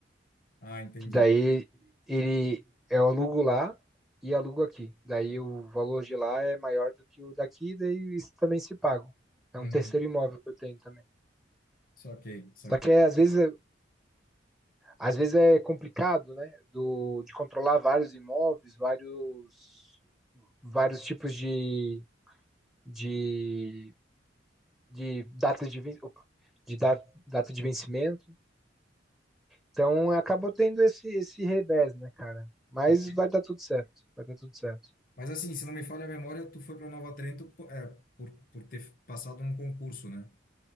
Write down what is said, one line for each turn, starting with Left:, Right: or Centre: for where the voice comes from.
Left: Ah, entendi.
Centre: Que daí ele é, eu alugo lá e alugo aqui. Daí o valor de lá é maior do que o daqui, daí isso também se paga. É
Left: Uhum.
Centre: um terceiro imóvel que eu tenho também.
Left: Saquei, saquei,
Centre: Só que é, às vezes, é- às vezes é complicado, né? Do, de controlar vários imóveis, vários, vários tipos de, de, de data de, de data de vencimento. Então acabou tendo esse, esse revés, né, cara? Mas
Left: saquei.
Centre: vai dar tudo certo. Vai dar tudo certo.
Left: Mas assim, se não me falha a memória, tu foi para Nova Trento, po- é, por, por ter passado num concurso, né?